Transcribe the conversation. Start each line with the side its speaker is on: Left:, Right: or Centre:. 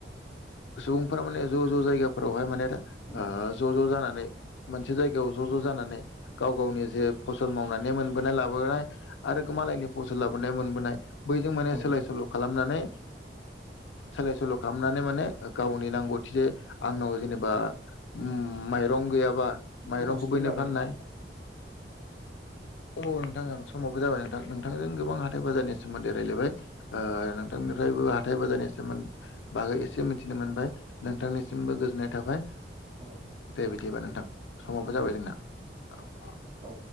Left: सुबुंफोरा माने ज' ज' जायगाफोरावहाय माने। ज'
Right: उम
Left: ज' जानानै मोनसे जायगायाव ज' ज' जानानै गाव गावनि जे फसल मावनानै मोनबोनाय लाबोनाय आरो मालायनि फसल लाबोनाय मोनबोनाय। बैजों माने
Right: औ
Left: सोलाय सोल' खालामनानै सोलाय सोल' खालामनानै माने गावनि नांगौथि जे आंनाव जेनेबा। उम माइरं गैयाबा माइरंखौ
Right: जोंहा सम
Left: बनो
Right: जाबाय
Left: फाननाय।
Right: नामा
Left: औ नोंथां समावबो जाबाय नोंथां नोंथांजों गोबां हाथाय बाजारनि सोमोन्दै रायज्लायबाय नोंथांनिफ्रायबो हाथाय बाजारनिसोमोन। बागै एसे मिथिनो मोनबाय नोंथांनिसिमबो गोजोननाय थाबाय
Right: अ
Left: दे बिदिबा नोंथां समावबो
Right: उम
Left: जाबाय जोंना औ।
Right: अ